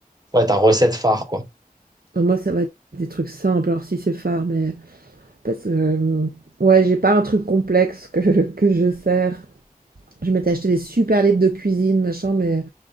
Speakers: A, on the right; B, on the right.
A: ouais, ta recette phare, quoi.
B: moi, ça va être des trucs simples, alors si c'est phare, mais parce que hem, ouais, j'ai pas un truc complexe que <laughs> que je sers. Je m'étais acheté des super livres de cuisine, machin, mais